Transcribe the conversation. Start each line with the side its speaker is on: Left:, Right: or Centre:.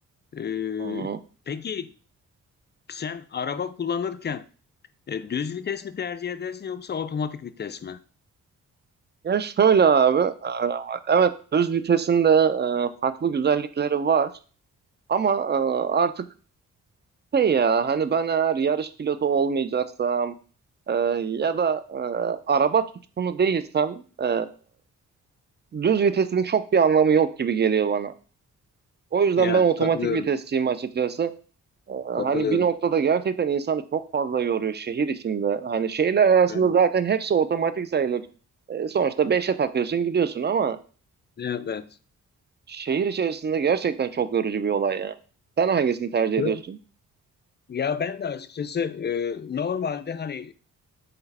Left: Ee,
Right: Hı hı.
Left: peki sen araba kullanırken e, düz vites mi tercih edersin yoksa otomatik vites mi?
Right: Ya şöyle abi, e, evet düz vitesin de e, farklı güzellikleri var. Ama e, artık şey ya hani ben eğer yarış pilotu olmayacaksam e, ya da e, araba tutkunu değilsem e, düz vitesin çok bir anlamı yok gibi geliyor bana. O yüzden
Left: Evet,
Right: ben otomatik
Left: katılıyorum.
Right: vitesçiyim açıkçası. E,
Left: Katılıyorum.
Right: hani bir noktada gerçekten insanı çok fazla yoruyor şehir içinde. Hani şehirler arasında
Left: Evet,
Right: zaten hepsi otomatik sayılır. E, sonuçta beşe takıyorsun gidiyorsun ama
Left: evet.
Right: Şehir içerisinde gerçekten çok yorucu bir olay ya. Sen hangisini tercih
Left: evet.
Right: ediyorsun?
Left: Ya ben de açıkçası e, normalde hani